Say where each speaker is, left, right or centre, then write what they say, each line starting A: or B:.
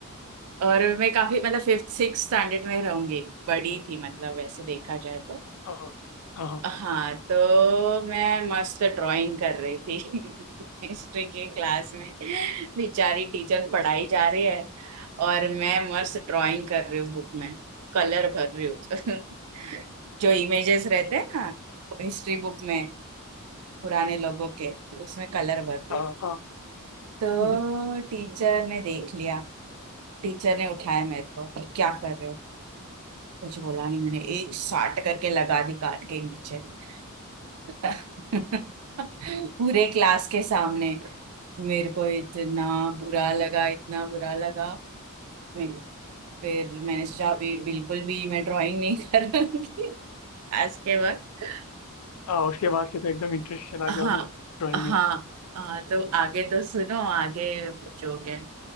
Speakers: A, on the right (about 75°); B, on the left (about 80°).
A: और मैं काफी मतलब फिफ्थ सिक्स स्टैंडर्ड में रहूंगी बड़ी थी मतलब वैसे देखा जाए तो
B: हाँ हाँ हाँ
A: हाँ तो मैं मस्त ड्राइंग कर रही थी <laughs> हिस्ट्री की क्लास में बेचारी टीचर पढ़ाई जा रही है और मैं मस्त ड्राइंग कर रही हूँ बुक में कलर भर रही हूँ <laughs> जो इमेजेस रहते हैं ना हिस्ट्री बुक में पुराने लोगों के उसमें कलर भर रही
B: हाँ
A: हूँ
B: हाँ हाँ
A: तो
B: <laughs>
A: टीचर ने देख लिया टीचर ने उठाया मेरे को क्या कर रहे हो कुछ बोला नहीं मैंने एक साट करके लगा दी कान के नीचे <laughs> पूरे क्लास के सामने मेरे को इतना बुरा लगा इतना बुरा लगा मेरे- फिर मैंने सोचा अभी बिल्कुल भी मैं ड्राइंग नहीं करूंगी आज के वक्त
B: हाँ, उसके बाद से तो एकदम इंटरेस्ट चला
A: हाँ
B: गया होगा ड्राइंग
A: हाँ
B: में से
A: हाँ तो आगे तो सुनो आगे जो गए